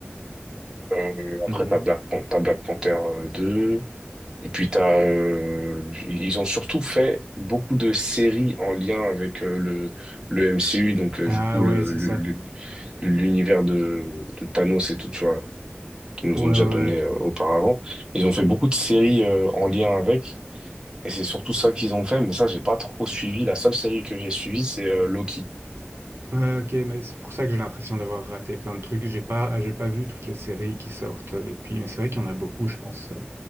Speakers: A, on the right; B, on the right.
A: Euh, après,
B: Mhm.
A: t'as Black Pan- t'as Black Panther euh, 2. Et puis, t'as, euh, ils ont surtout fait beaucoup de séries en lien avec euh, le, le MCU, donc, euh,
B: Ah
A: du coup, le,
B: ouais, c'est
A: le-
B: ça.
A: le- l'univers de, de Thanos et tout, tu vois, qu'ils nous
B: Ouais,
A: ont déjà
B: ouais,
A: donné
B: ouais.
A: euh, auparavant. Ils ont fait beaucoup de séries euh, en lien avec. Et c'est surtout ça qu'ils ont fait, mais ça, j'ai pas trop suivi. La seule série que j'ai suivie, c'est euh, Loki.
B: Ouais, ok, mais c'est pour ça que j'ai l'impression d'avoir raté plein de trucs. J'ai pas, j'ai pas vu toutes les séries qui sortent euh, depuis, mais c'est vrai qu'il y en a beaucoup, je pense. euh.